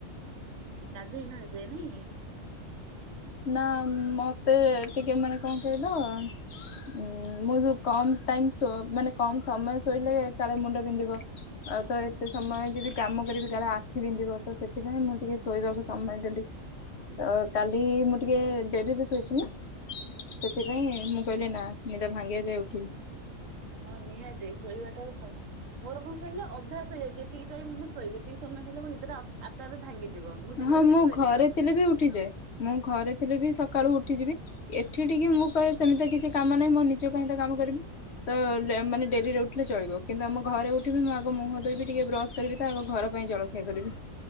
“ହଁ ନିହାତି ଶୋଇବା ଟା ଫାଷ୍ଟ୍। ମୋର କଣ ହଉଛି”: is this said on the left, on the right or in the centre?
Right